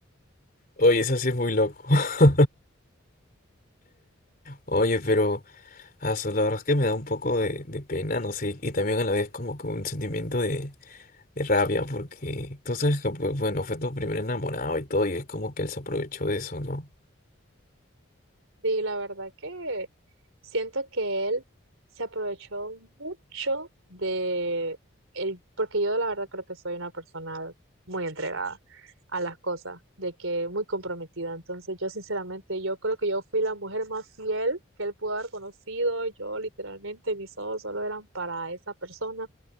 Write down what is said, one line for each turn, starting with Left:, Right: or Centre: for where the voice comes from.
Left: Oye, eso sí es muy loco. <laughs> Oye, pero, aso, la verdad es que me da un poco de, de pena, no sé, y también a la vez como que un sentimiento de, de rabia porque tú sabes que, pues bueno, fue tu primer enamorado y todo, y es como que él se aprovechó de eso, ¿no?
Right: Sí, la verdad que siento que él se aprovechó mucho de él, porque yo la verdad creo que soy una persona muy entregada a las cosas, de que muy comprometida. Entonces yo sinceramente, yo creo que yo fui la mujer más fiel que él pudo haber conocido. Yo literalmente mis ojos solo eran para esa persona.